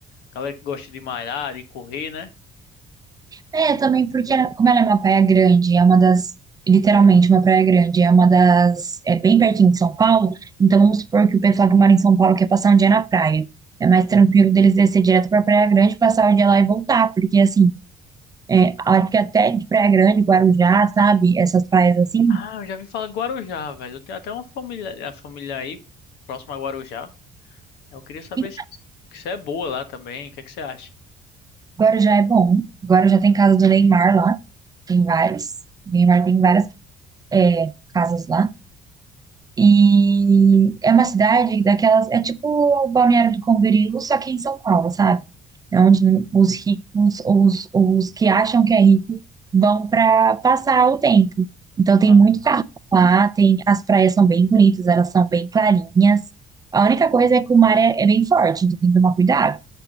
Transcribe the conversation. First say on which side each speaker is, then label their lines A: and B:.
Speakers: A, on the left; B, on the right.
A: galera que gosta de malhar, de correr, né?
B: É, também porque, ela- como ela é uma praia grande, é uma das, literalmente uma praia grande, é uma das, é bem pertinho de São Paulo, então vamos supor que o pessoal que mora em São Paulo quer passar um dia na praia. É mais tranquilo deles descer direto pra Praia Grande, passar o dia lá e voltar, porque, assim, É, acho que até de Praia Grande, Guarujá, sabe? Essas praias assim.
A: Ah, eu já vim falar de Guarujá, velho. Eu tenho até uma família, a família aí, próxima a Guarujá. Eu queria saber
B: E
A: se, se é boa lá também. O que é que você acha?
B: Guarujá é bom. Guarujá tem casa do Neymar lá. Tem várias. Neymar tem várias é, casas lá. E é uma cidade daquelas, é tipo Balneário do Camboriú, só que em São Paulo, sabe? É onde os ricos ou os, ou os que acham que é rico vão para passar o tempo. Então tem
A: Não.
B: muito carro lá, tem, as praias são bem bonitas, elas são bem clarinhas. A única coisa é que o mar é, é bem forte, então tem que tomar cuidado.